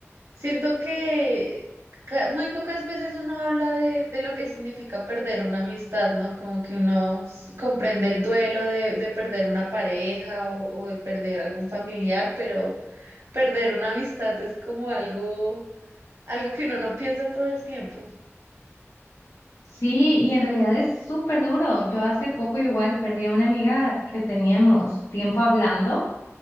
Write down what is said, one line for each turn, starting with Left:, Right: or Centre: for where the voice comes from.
Right: siento que ca- muy pocas veces uno habla de, de lo que significa perder una amistad, ¿no? Como que uno s- comprende el duelo de, de perder una pareja o o de perder algún familiar, pero... Perder una amistad es como algo, algo que uno no piensa todo el tiempo.
Left: Sí, y en realidad es súper duro. Yo hace poco igual perdí a una amiga que teníamos tiempo hablando.